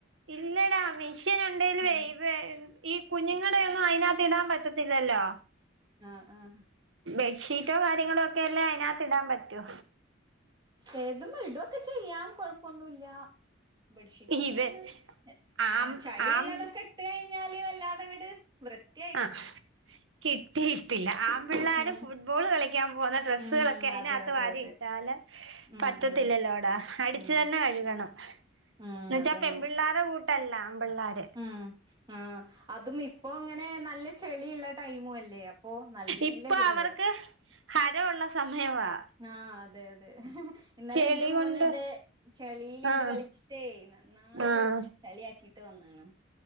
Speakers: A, on the right (about 70°); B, on the right (about 20°).
A: ഇല്ലടാ മിഷ്യൻ ഉണ്ടെല്
B: ഉം
A: വെയില്. ഈ കുഞ്ഞുങ്ങള്ടേ ഒന്നും അതിനകത്ത് ഇടാൻ പറ്റത്തില്ലല്ലോ.
B: ആഹ് ആഹ്.
A: ബെഡ്ഷീറ്റോ കാര്യങ്ങളൊക്കെ അല്ലെ അതിനാകത്ത് ഇടാൻ പറ്റു
B: ഏതും ഇടോക്കെ ച്ചെയാം കൊഴപ്പൊന്നുമില്ല ബെഡ്ഷീറ്റൊക്കെയാണ്
A: ഇവ
B: ഏഹ്
A: ആം
B: ആ ചളിയുള്ളതൊക്കെ
A: ആം
B: ഇട്ട് കഴിഞ്ഞാലും വല്ലാതെ ഇങ്ങോട്ട്‌ വൃത്തി
A: ആ കിട്ടിയിട്ടില്ല ആമ്പിള്ളാര്
B: ഉം
A: ഫുട്ബോൾ കളി കളിക്കാൻ പോണ ഡ്രസ്സുകളൊക്കെ
B: ഉം
A: അതിനകത്ത്
B: അതെ അതെ
A: വാരി
B: അതെ
A: ഇട്ടാല്
B: ഉം
A: പറ്റത്തില്ലല്ലോടാ
B: ഉം
A: അടിച്ചു
B: ഉം
A: തന്നെ കഴുകണം
B: ഉം
A: എന്ന് വെച്ചാൽ
B: അതന്നെ
A: പെപിള്ളാരെ കൂട്ടല്ല ആംപിള്ളാര്
B: ഉം ആഹ് അതും ഇപ്പോ അങ്ങനെ നല്ല ചെളിയുള്ള ടൈമും അല്ലേ അപ്പൊ നല്ല
A: ഇപ്പം
B: ചെളിയാവും
A: അവർക്ക് ഹരൊള്ള സമയവാ
B: ആ അതെ അതെ ഇന്നലെ
A: ചെളി
B: എന്റെ മോനും
A: കൊണ്ട്
B: അതെ ചളിയില് ഇങ്ങട്ട്
A: ആഹ്
B: കളിച്ചിട്ടേ നന്നായിട്ട്
A: ആഹ്
B: ചെളിയാകീട്ട് വന്നാണ്